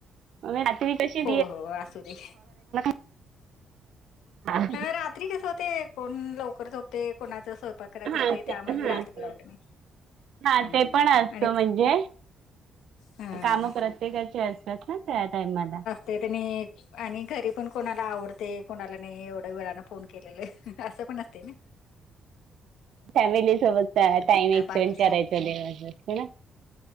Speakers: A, on the right (about 70°); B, on the left (about 85°).
A: म रात्री कशी
B: हो हो असू दे
A: <inaudible> हा
B: ह रात्री कस होते कोण लवकर झोपते, कोणाचा स्वयंपाक करायच
A: ते हा
B: असते त्यामुळे मी रात्री
A: ते
B: लावले नाही.
A: हा
B: हं.
A: ते पण असत
B: आणि
A: म्हणजे
B: हं.
A: काम प्रत्येकाची असत. येत नाही या टाईम आला.
B: ते त्यांनी आणि घरी पण कोणाला आवडते कोणाला नाही एवढं वेळाने फोन केलेलं. असं पण असते ना‌,
A: फॅमिली सोबत टाइम एक्सपेंड
B: बाकी काय
A: करायचं देवज ह ना.